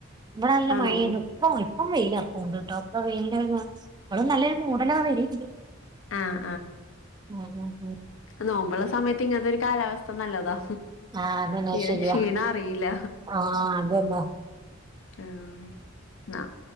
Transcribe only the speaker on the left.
ആണോ
ആഹ്
നോമ്പ്ള്ള സമയത്ത് ഇങ്ങനത്തെ ഒരു കാലാവസ്ഥ നല്ലതാ
തീരെ
ക്ഷീണം അറിയില്ല
ആഹ് ന്നാ